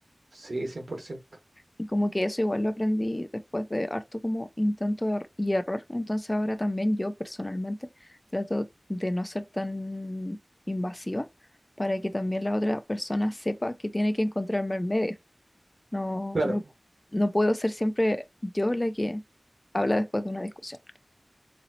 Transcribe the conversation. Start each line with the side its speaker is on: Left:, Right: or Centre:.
Right: Sí, cien por ciento,
Left: Y como que eso igual lo aprendí después de harto como intento er- y error. Entonces ahora también yo personalmente trato de no ser tan invasiva para que también la otra persona sepa que tiene que encontrarme en medio. No,
Right: Claro,
Left: no,
Right: po.
Left: no puedo ser siempre yo la que habla después de una discusión.